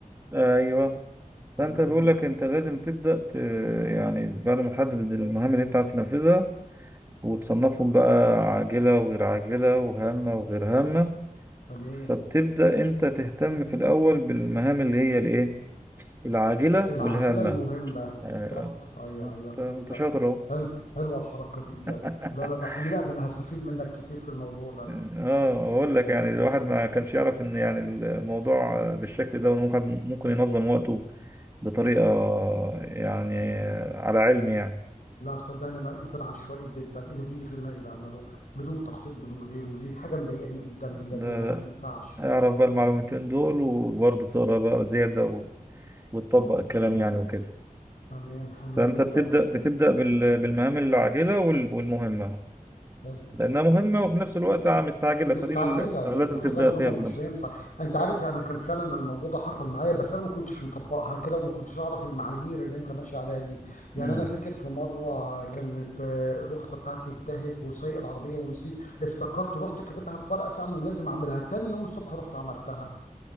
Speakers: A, on the right; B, on the left.
A: ايوه
B: تمام
A: فانت بيقول لك انت لازم تبدأ ت... يعني بعد ما تحدد المهام اللي انت عايز تنفذها وتصنفهم
B: تمام
A: بقى عاجلة وغير عاجلة وهامة وغير هامة
B: تمام
A: فبتبدأ انت تهتم في الاول بالمهام اللي هي الايه العاجلة
B: العاجلة
A: والهامة
B: المهمة
A: يعني
B: بالظبط أيوه
A: انت
B: أيوه فهمتك
A: انت شاطر اهو
B: حلو حلوة الحركة دي بجد
A: <laughs>
B: لا لا ده احنا من ده أنا هستفيد منك كتير في الموضوع ده
A: اه اقول لك يعني الواحد ما كانش يعرف ان يعني الموضوع بالشكل ده ممكن ممكن ينظم وقته بطريقة يعني على علم يعني
B: لا صدقني انا انسان عشوائي جدا اللي بيجي في دماغي بعمله بدون تخطيط بدون غيره ودي حاجه مضايقاني جدا بجد
A: ده
B: لانها ما تنفعش
A: اعرف بقى المعلومتين دول وبرضه تقرا بقى زيادة و- وتطبق الكلام يعني وكده
B: تمام حلو
A: فانت
B: جدا
A: بتبدأ بتبدأ بال- بالمهام العاجلة وال- والمهمة
B: حلو
A: لأنها مهمة وفي نفس الوقت مستعجلة
B: مستعجله
A: فدي اللي
B: يعني
A: لازم
B: حاجه
A: تبدأ
B: مهمه
A: فيها بنفسك
B: مش هينفع انت عارف انا كان فعلا الموضوع ده حصل معايا بس انا ما كنتش مطبقها كده وما كنتش اعرف المعايير اللي انت ماشي عليها دي يعني
A: امم
B: انا فاكر في مره كانت آه، الرخصه بتاعتي انتهت وسايق العربيه ونسيت افتكرت رحت كاتبها في ورقه فعلا ولازم اعملها تاني يوم الصبح رحت عملتها